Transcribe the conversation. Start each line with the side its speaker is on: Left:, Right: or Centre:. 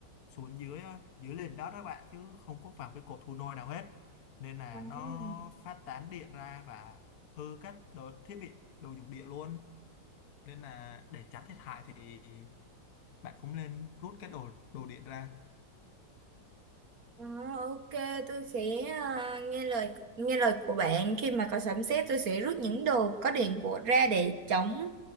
Left: xuống dưới á, dưới nền đất đó bạn chứ không có vào cái cột thu nôi nào hết nên là
Right: Ừ.
Left: nó phát tán điện ra và hư các đồ, thiết bị đồ dùng điện luôn nên là để tránh thiệt hại thì bạn cũng nên rút cái đồ đồ điện ra
Right: Ờ, ok tôi sẽ ờ, nghe lời nghe lời của bạn khi mà có sấm sét tôi sẽ rút những đồ có điện của ra để chống